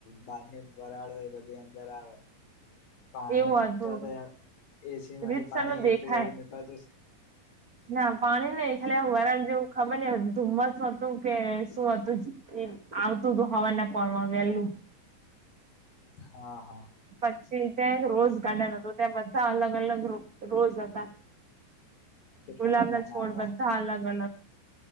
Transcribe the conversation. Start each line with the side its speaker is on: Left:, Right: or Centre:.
Left: બહારની વરાળો એ બધી અંદર આવે પાણી
Right: એવું હતું
Left: તો એસી માંથી
Right: રીતસર
Left: પાણી
Right: નું દેખાય
Left: એટલું બધું નીકળતું છે
Right: ના પાણી નહી ખાલી વરણ જેવું ખબર ન ધુમ્મસ હતું કે શું હતું આવતું તો હવાના પોર મા વેલું.
Left: હા હા.
Right: પ છી ત્યાં રોઝ ગાર્ડન હતું ત્યાં બધા અલગ અલગ રોઝ હતા.
Left: કેટલા
Right: ગુલામ
Left: પ્રકારના
Right: ના છોડ
Left: હતા
Right: બધા અલગ અલગ.